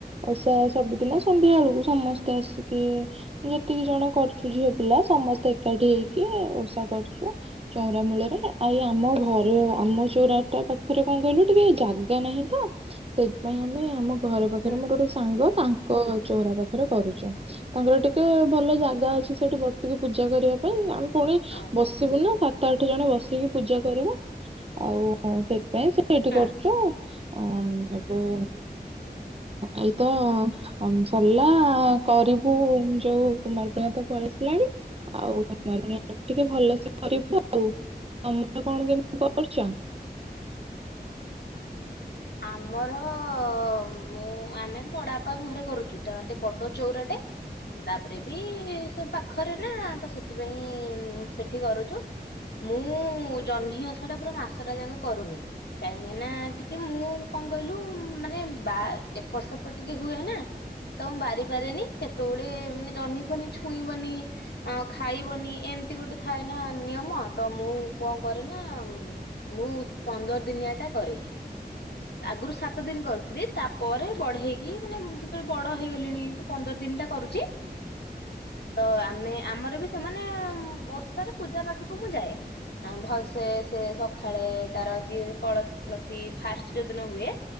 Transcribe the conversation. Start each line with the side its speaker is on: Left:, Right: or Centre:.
Right: ଓଷା ସବୁଦିନ ସନ୍ଧ୍ୟା ବେଳକୁ ସମସ୍ତେ ଆସିକି ଇ ଯେତିକି ଜଣ କରୁଛୁ ଝିଅ ପିଲା ସମସ୍ତେ ଏକାଠି ହେଇକି ଓଷା କରୁଛୁ ଚଉରା ମୂଳରେ ଆଇ ଆମ ଘରେ ଆମ ଚଉରାଟା ପାଖ ପାଖରେ କଣ କହିଲୁ ଟିକେ ଜାଗା ନାହିଁ ତ ସେଇଥିପାଇଁ ଆମେ ଆମ ଘର ପାଖରେ
Left: ହୁଁ।
Right: ମୋର ଗୋଟେ ସାଙ୍ଗ ତାଙ୍କ ଚଉରା ପାଖରେ କରୁଛୁ। ତାଙ୍କର ଟିକେ ଭଲ ଜାଗା ଅଛି ସେଇଠି ବସିକି ପୂଜା କରିବା ସେଇଟୁ ଆମ ପୁଣି
Left: ଓହୋ
Right: ବସିବୁ ନା ସାତ ଆଠ ଜଣ ବସିକି ପୂଜା କରିବୁ ଆଉ ସେ ପାଇଁ ସେ ଏଇଠି
Left: ହୁଁ
Right: କରୁଛୁ ଅ ଏବେ ଏଇତ ସରିଲା କରିବୁ ଯୋଉ କୁମାର ପୂର୍ଣ୍ଣିମା ତ ପଳେ ଆସିଲାଣି ଆଉ କୁମାର ପୂର୍ଣ୍ଣିମା ଟିକେ ଭଲସେ କରିବୁ ଆଉ। <unintelligible> କଣ କେମତି କରୁଛ?
Left: ଆମର ମୁଁ ଆମେ ବଡ଼ବାପା ଙ୍କ ଘରେ କରୁଛୁ ତାଙ୍କର ବଡ ଚଉରାଟେ ତାପରେ ବି ସେ ପାଖରେ ନା ତ ସେଥିପାଇଁ ସେଠି କରୁଛୁ। ମୁଁ ଜହ୍ନି ଓଷା ଟା ପୁରା ମାସ ଟା ଯାକ କରୁନି କାହିଁକି ନା ଟି କେ ମୁଁ କଣ କହିଲୁ ମାନେ ବା ଏପଟ ସେପଟ ଟିକେ ହୁଏ ନା ତ ମୁଁ ବାରି ପାରେନି କେତେବେଳେ ମାନେ ଜହ୍ନିିଫନି ଛୁଇଁବନି ଆ ଖାଇବନି ଏମିତି ଏମିତି ଗୋଟେ ଥାଏ ନା ନିୟମ ତ ମୁଁ କଣ କରେ ନା ମୁଁ ପନ୍ଦର ଦିନିଆ ଟା କରେ ଆଗରୁ ସାତ ଦିନ କରୁଥିଲି ତାପରେ ବଢେଇକି ମାନେ ଯେତେବେଳେ ବଡ ହେଇଗଲିଣି ପନ୍ଦର ଦିନ ଟା କରୁଛି। ତ ଆମେ ଆମର ବି ସେମାନେ ଓଷାରେ ପୂଜା ପାଖକୁ ମୁଁ ଯାଏ। ଆ ଭଲସେ ସେ ସଖାଳେ ତାର ଯିଏ କଳସୀ ଫଳସୀ ଫାଷ୍ଟ ଯୋଉଦିନ ହୁଏ